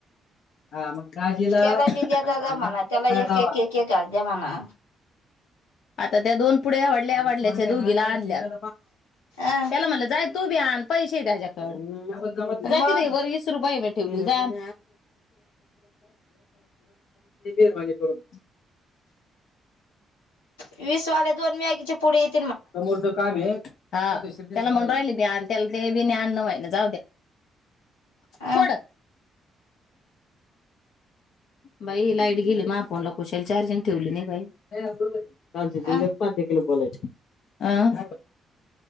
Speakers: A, on the left; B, on the left.
A: हा मग राजीला
B: त्याला
A: आणि
B: बी द्या दादा
A: भांड्याला
B: म्हणा त्याला
A: करायला
B: एक,
A: लावा.
B: एक, एक, एक घास द्या म्हणा.
A: आता त्या दोन पुड्या आवडल्या आवडल्याच्या दोघीला आणल्यात.
B: अं
A: त्याला म्हणलं जाय तू बी आण पैसे द्या त्याच्याकड. जाती
B: मग
A: <unintelligible> वीस रुपये भेट. दान <unintelligible> म्हणजे करून.
B: वीसवाले दोन मॅगीचे पुडेईत.
A: समोर दुकान एत. हा त्याला म्हणून राहिली बी आण त्याला ते बी आणन् व्हय ना जाऊ द्या.
B: अं
A: सोड. बाई लाईट गेली मा फोनला कुशाल चार्जिंग ठेवली नाही बाई. चालतंय तिला
B: अं
A: पार्टी केली बोलायचं. आं